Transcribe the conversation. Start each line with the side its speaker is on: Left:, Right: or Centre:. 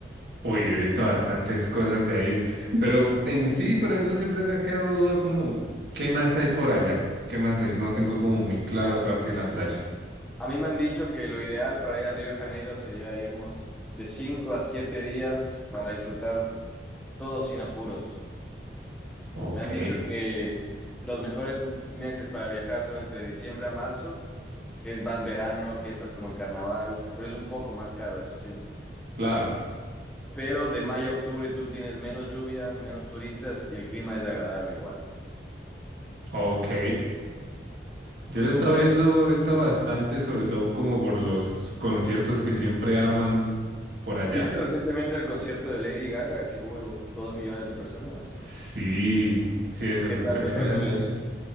Right: Uy, yo he visto bastantes cosas de ahí, pero en sí, por ejemplo, siempre me ha quedado duda como ¿qué más hay por allá? ¿Qué más hay? No tengo como muy claro
Centre: Ya,
Right: aparte de la playa.
Centre: A mí me han dicho que lo ideal para ir a Río de Janeiro sería ir unos de 5 a 7 días para disfrutar todo sin apuros.
Right: Ok,
Centre: Me han dicho que los mejores meses para viajar son entre diciembre a marzo, que es más verano, fiestas como el carnaval, pero es un poco más caro, eso sí.
Right: claro.
Centre: pero de mayo a octubre tú tienes menos lluvia, menos turistas y el clima es agradable igual.
Right: Ok. Yo lo he estado
Centre: Tú puedes,
Right: viendo ahorita bastante, sobre todo como por los conciertos que siempre arman por allá.
Centre: ¿viste recientemente el concierto de Lady Gaga que hubo dos millones de personas?
Right: Sí, sí, eso
Centre: ¿Qué
Right: fue
Centre: tal
Right: impresionante.
Centre: te pareció eso?